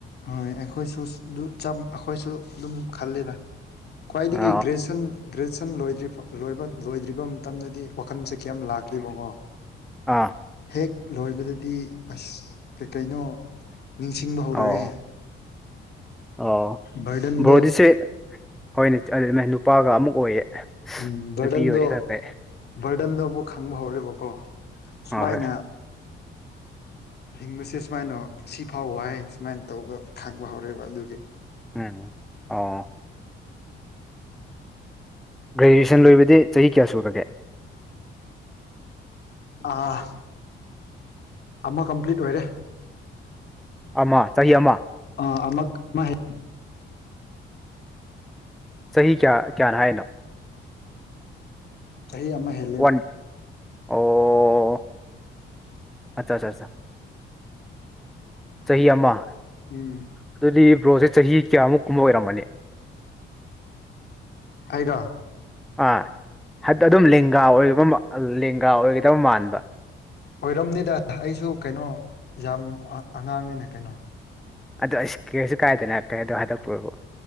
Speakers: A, on the left; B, in the centre.
A: ꯍꯣꯏ ꯑꯩꯈꯣꯏꯁꯨ ꯑꯗꯨ ꯆꯞ ꯑꯩꯈꯣꯏꯁꯨ ꯑꯗꯨꯝ ꯈꯜꯂꯤꯗ ꯈ꯭ꯋꯥꯏꯗꯒꯤ
B: ꯑ
A: ꯒ꯭ꯔꯦꯖꯨꯁꯟ ꯒ꯭ꯔꯦꯖꯨꯁꯟ ꯂꯣꯏꯗ꯭ꯔꯤꯐꯥꯎ ꯂꯣꯏꯕ ꯣꯏꯗ꯭ꯔꯤꯕ ꯃꯇꯝꯗꯗꯤ ꯋꯥꯈꯜꯁꯦ ꯀꯩꯝ ꯂꯥꯛꯇꯦꯕꯀꯣ
B: ꯑꯥ
A: ꯍꯦꯛ ꯂꯣꯏꯕꯗꯗꯤ ꯑꯁ ꯀꯩ ꯀꯩꯅꯣ ꯅꯤꯡꯁꯤꯡꯕ ꯍꯧꯔꯛꯑꯦ
B: ꯑꯣ ꯑꯣ
A: ꯕꯔꯗꯟꯗꯣ
B: ꯕ꯭ꯔꯣꯗꯤꯁꯦ ꯍꯣꯏꯅꯦ <unintelligible> ꯅꯨꯄꯥꯒ ꯑꯃꯨꯛ ꯑꯣꯏꯌꯦ
A: ꯎꯝ ꯕꯔꯗꯟꯗꯣ
B: ꯅꯨꯄꯤ ꯑꯣꯏꯔꯗꯤ ꯈꯔ ꯐꯩ
A: ꯕꯔꯗꯟꯗꯣ ꯑꯃꯨꯛ ꯈꯟꯕ ꯍꯧꯔꯦꯕꯀꯣ ꯁꯨꯃꯥꯏꯅ
B: ꯑ ꯍꯣꯏ
A: ꯍꯤꯡꯕꯁꯦ ꯁꯨꯃꯥꯏꯅ ꯁꯤꯐꯥꯎ ꯋꯥꯏ ꯁꯨꯃꯥꯏꯅ ꯇꯧꯕꯗꯣ ꯈꯪꯕ ꯍꯧꯔꯛꯑꯦꯕ ꯑꯗꯨꯒꯤ
B: ꯎꯝ ꯑꯣ ꯒ꯭ꯔꯦꯖꯨꯌꯦꯁꯟ ꯂꯣꯏꯕꯗꯤ ꯆꯍꯤ ꯀꯌꯥ ꯁꯨꯔꯒꯦ
A: ꯑꯥ ꯑꯃ ꯀꯝꯄ꯭ꯂꯤꯠ ꯑꯣꯏꯔꯦ
B: ꯑꯃ ꯆꯍꯤ ꯑꯃ
A: ꯑ ꯑꯃꯛ <unintelligible>
B: ꯆꯍꯤ ꯀꯌꯥ ꯀꯌꯥꯅꯦ ꯍꯥꯏꯅꯣ
A: ꯆꯍꯤ ꯑꯃ ꯍꯦꯟ
B: ꯋꯥꯟ ꯑꯣ ꯑꯠꯆꯥ ꯑꯠꯆꯥ ꯆꯥ ꯆꯍꯤ ꯑꯃ
A: ꯎꯝ
B: ꯑꯗꯨꯗꯤ ꯕ꯭ꯔꯣꯁꯦ ꯆꯍꯤ ꯀꯌꯥꯃꯨꯛ ꯀꯨꯝꯕ ꯑꯣꯏꯔꯝꯃꯅꯤ
A: ꯑꯩꯔꯣ
B: ꯑꯥ ꯑꯗꯨꯝ ꯂꯦꯡꯒꯥ ꯑꯣꯏꯕ ꯃꯥꯟ ꯂꯦꯡꯒꯥ ꯑꯣꯏꯒꯗꯕ ꯃꯥꯟꯕ
A: ꯑꯣꯏꯔꯝꯅꯤꯗ ꯑꯩꯁꯨ ꯀꯩꯅꯣ ꯌꯥꯝ ꯑꯉꯥꯡꯅꯤꯅꯦ ꯀꯩꯅꯣ
B: ꯑꯗꯣ ꯑꯩꯁ ꯀꯩꯁꯨ ꯀꯥꯏꯗꯦꯅ ꯑꯗꯣ ꯍꯥꯏꯗꯣꯛꯄꯕꯨ